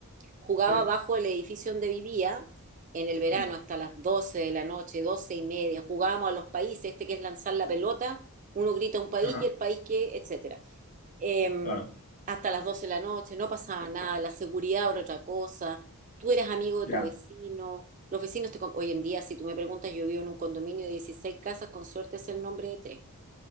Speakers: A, on the right (about 35°); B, on the left (about 40°).
A: jugaba
B: sí,
A: bajo el edificio donde vivía en el verano
B: mm,
A: hasta las 12 de la noche, 12 y media, jugábamos a los países, este que es lanzar la pelota, uno grita un país
B: ajá,
A: y el país que, etcétera eh,
B: claro,
A: hasta las 12 de la noche, no pasaba nada, la seguridad era otra cosa, tú eras amigo de
B: ya,
A: tu vecino, los vecinos te... con- Hoy en día, si tú me preguntas, yo vivo en un condominio de 16 casas, con suerte es el nombre de tres.